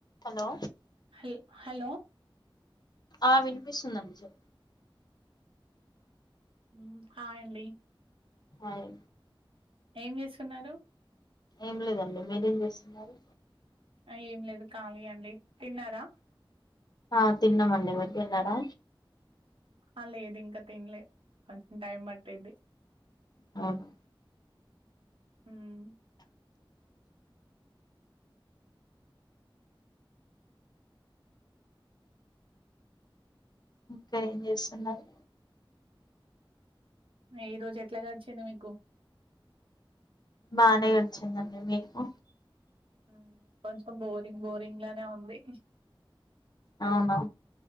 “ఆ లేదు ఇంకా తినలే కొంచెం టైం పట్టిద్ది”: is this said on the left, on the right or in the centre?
Right